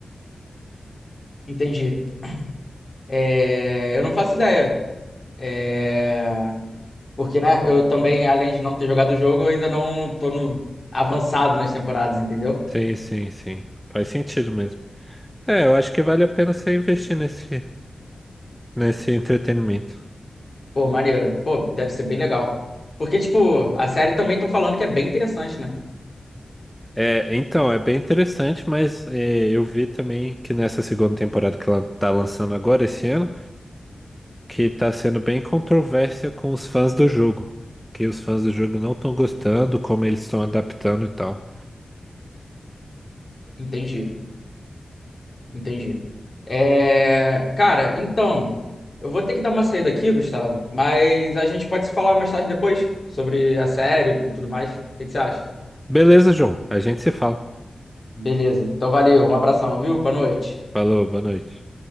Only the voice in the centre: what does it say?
Sim, sim, sim. Faz sentido mesmo. É, eu acho que vale a pena você investir nesse, nesse entretenimento.
É, então, é bem interessante, mas é, eu vi também que nessa segunda temporada que ela tá lançando agora, esse ano. que tá sendo bem controvérsia com os fãs do jogo. Que os fãs do jogo não estão gostando, como eles estão adaptando e tal.
Beleza, João. A gente se fala.
Falou, boa noite.